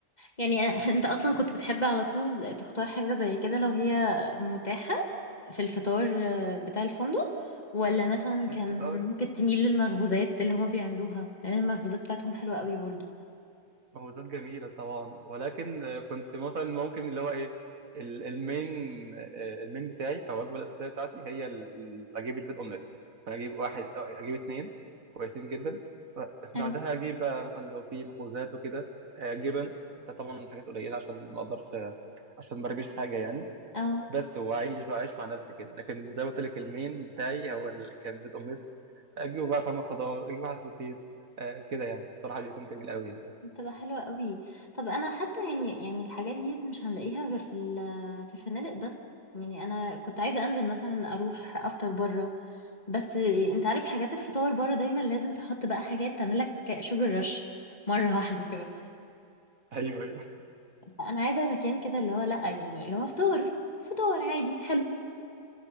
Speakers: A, on the left; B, on the right.
A: يعني <laughs> أ- انت اصلا كنت بتحب على طول تختار حاجة زي كده لو هي متاحة في الفطار آه، بتاع الفندق ولا مثلا
B: في
A: كان
B: الفطار
A: ممكن تميل للمخبوزات اللي هما بيعملوها لان المخبوزات بتاعتهم حلوة قوي برضو
B: مهودات جميلة طبعا ولكن آه، كنت مثلا ممكن اللي هو ايه ال- المين آه، آه، المين بتاعي او الوجبة الأساسية بتاعتي هي ال- ال- اجيب البيض اومليت ممكن اجيب واحد أو اجيب اتنين كويسين جدا ف-
A: هل
B: بعدها اجيب بقى مثلا لو في مخبوزات وكده آه، جبن بس طبعا حاجات قليلة عشان ما اقدرش آه، عشان ما برميش حاجة يعني
A: اه
B: بس واعيش بقى عيش مع نفسي كده لكن زي ما قلت لك المين بتاعي هو ال- كان بيض اومليت اجيبه بقى فاهمة خضار اجيب واحد سوسيس آه، كده يعني صراحة بيكون جميل قوي يعني
A: بتبقى حلوة قوي طب انا حتى يعني يعني الحاجات دي مش هنلاقيها غير في ال- في الفنادق بس يعني انا كنت عايزة انزل مثلا اروح افطر بره بس انت عارف حاجات الفطار بره دايما لازم تحط بقى حاجات تعملك شوجر رش مرة <laughs> واحدة كده
B: <laughs> ايوه ايوه
A: فانا عايزة مكان كده اللي هو لا يعني اللي هو فطار فطار عادي حلو